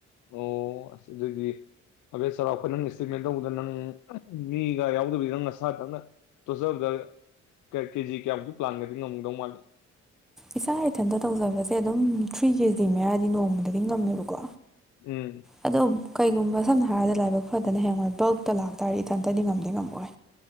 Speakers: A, on the left; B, in the centre.
A: ꯑꯣ ꯑꯁ ꯑꯗꯨꯗꯤ ꯑꯕꯦ ꯆꯥꯎꯔꯥꯛ ꯅꯪꯅꯅ ꯑꯦꯁꯇꯤꯃꯦꯠ ꯇꯧꯕꯗ ꯅꯪ ꯃꯤꯒ ꯌꯥꯎꯗꯕꯤ ꯅꯪ ꯅꯁꯥꯗꯪꯅ ꯇꯣꯁꯔꯗ ꯀꯦꯖꯤ ꯀꯌꯥꯃꯨꯛꯇꯤ ꯄ꯭ꯂꯥꯟꯒꯗꯤ ꯉꯝꯗꯧ ꯃꯥꯜꯂꯤ
B: ꯏꯆꯥ ꯏꯊꯟꯇ ꯇꯧꯖꯕꯁꯦ ꯑꯗꯨꯝ ꯊ꯭ꯔꯤ ꯀꯦ ꯖꯤ ꯃꯌꯥꯗꯤ ꯅꯣꯡꯃꯗ ꯑꯗꯨꯝ ꯉꯝꯃꯦꯕꯀꯣ
A: ꯎꯝ
B: ꯑꯗꯣ ꯀꯩꯒꯨꯝꯕ ꯁꯝꯅ ꯍꯥꯏꯔꯕꯗ ꯂꯥꯏꯕꯛ ꯐꯗꯅ ꯍꯌꯦꯡꯋꯥꯏ ꯕꯜꯇ ꯂꯥꯛꯇꯥꯔꯗꯤ ꯏꯊꯟꯇꯗꯤ ꯉꯝꯗꯤ ꯉꯝꯃꯣꯏ